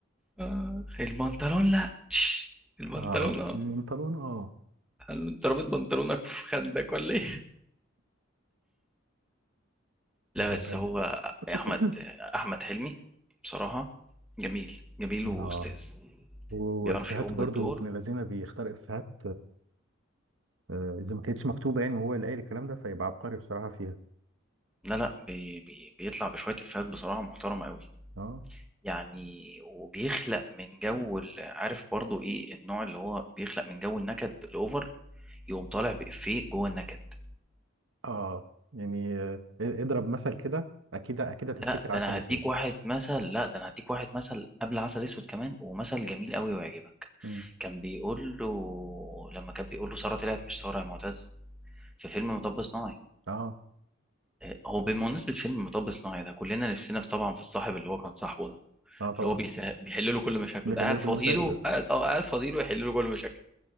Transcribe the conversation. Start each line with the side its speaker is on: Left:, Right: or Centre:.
Centre: آه. البنطلون لا <laughs> تش، البنطلون
Right: اه
Centre: اه
Right: البنطلون اه
Centre: هل انت رابط بنطلونك في خدك ولا ايه لا
Right: اه
Centre: بس
Right: ده
Centre: هو
Right: <coughs>
Centre: احمد احمد حلمي بصراحة جميل جميل واستاذ
Right: اه وافيهاته
Centre: بيعرف يقوم
Right: برضو
Centre: بالدور
Right: ابن الذين بيختار افيهات آه، اذا ما كانتش مكتوبه يعني وهو اللي قايل الكلام ده فيبقى عبقري بصراحه فيها
Centre: لا لا بي بي بيطلع بشوية إفيهات بصراحة محترمة قوي
Right: اه
Centre: يعني وبيخلق من جو ال- عارف برضو ايه النوع اللي هو بيخلق من جو النكد الأوفر يقوم طالع بإفيه جوه النكد
Right: اه يعني آه، اضرب مثل كده اكيد اكيد هتفتكر
Centre: لا ده
Right: عسل
Centre: انا
Right: اسود
Centre: هديك واحد مثل لا ده انا هديك واحد مثل قبل عسل اسود كمان ومثل جميل قوي ويعجبك
Right: مم.
Centre: كان بيقول له لما كان بيقول له ساره طلعت مش ساره يا معتز في فيلم مطب صناعي
Right: اه
Centre: آه، هو بمناسبة فيلم مطب صناعي ده كلنا نفسنا في طبعا في الصاحب اللي هو كان صاحبه ده
Right: اه طبعا
Centre: اللي هو بيسه- بيحل له كل مشاكله
Right: بيحلو
Centre: ده قاعد فاضيله
Right: كل مشاكله
Centre: قاعد اه قاعد فاضيله يحل له كل مشاكله